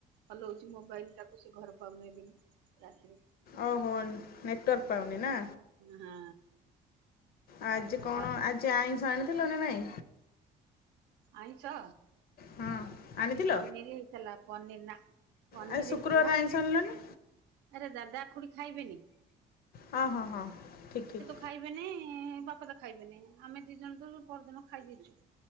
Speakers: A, on the right; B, on the left.
A: ହଲଉଚି ମୋବାଇଲ ତାକୁ ସେ ଘର ପାଉ ନାଇ <unintelligible>
B: ଅହ ହୋଉ ନେଟୱର୍କ୍ ପାଉନି ନା?
A: ହଁ।
B: ଆଜି
A: ଆଉ
B: କଣ
A: ବା
B: ଆଜି ଆଇଁଷ ଆଣିଥିଲ ନା ନାଇଁ?
A: ଆଇଁସ?
B: ହଁ ଆଣିଥିଲ
A: ଆଜି ପନିର ହେଇଥିଲା ପନିର ନା ପନିର
B: ଆଜି ଶୁକ୍ରବାର
A: ହେଇଥିଲା।
B: ଆଇଁଷ ଆଣିଲନି
A: ଆରେ ଦାଦା ଖୁଡି ଖାଇବେନି।
B: ହଁ ହଁ ହଁ ଠିକ୍ ଠିକ୍।
A: ଖାଇବେନିଁ ବାପା ତ ଖାଇବେନିଁ ଆମେ ଦୁଇ ଜଣ ତ ପରଦିନ ଖାଇ ଦେଇଚୁ।